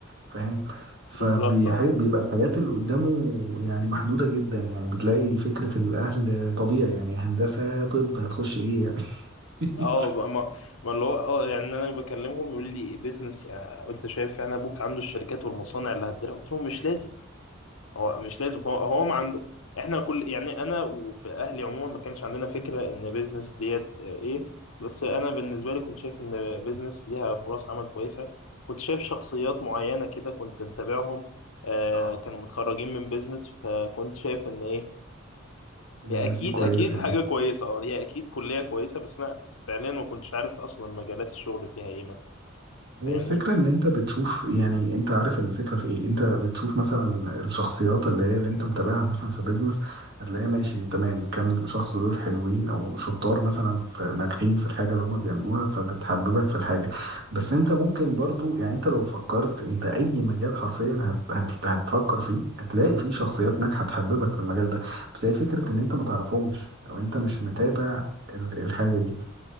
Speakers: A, on the right; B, on the left.
A: فاهم فبيبقى
B: بالظبط اه
A: الحاجات اللي قدامه يعني محدوده جدا يعني بتلاقي فكره الاهل طبيعي يعني هندسه طب هتخش ايه يعني
B: اه
A: <laughs>
B: بقى ما ما اللي هو اه يعني انا بكلمهم يقول لي بيزنس يعني انت شايف يعني ابوك عنده الشركات والمصانع اللي هتديرها قلت لهم مش لازم هو مش لازم هو هو ما عنده احنا كل يعني انا وفي اهلي عموما ما كانش عندنا فكرة ان بيزنس ديت آه، ايه بس انا بالنسبة لي كنت شايف ان بيزنس ليها فرص عمل كويسة كنت شايف شخصيات معينة كده كنت متابعهم آه
A: اه
B: كانوا متخرجين من بيزنس فكنت شايف ان ايه
A: ان
B: هي
A: الناس
B: اكيد
A: دي كويسه
B: اكيد
A: يعني
B: حاجه كويسه اه هي اكيد كليه كويسه بس انا فعليا ما كنتش عارف اصلا مجالات الشغل فيها ايه مثلا
A: هو
B: فاهمني
A: الفكرة إن أنت بتشوف يعني أنت عارف الفكرة في إيه؟ أنت بتشوف مثلا الشخصيات اللي هي اللي أنت متابعها مثلا في بيزنس هتلاقيها ماشي تمام كام شخص دول حلوين أو شطار مثلا في ناجحين في الحاجة اللي هما بيعملوها فبتحببك في الحاجة بس أنت ممكن برضو يعني أنت لو فكرت أنت أي مجال حرفيا هت هت هتفكر فيه هتلاقي فيه شخصيات ناجحة تحببك في المجال ده بس هي فكرة إن أنت ما تعرفهمش أو أنت مش متابع ال- الحاجة دي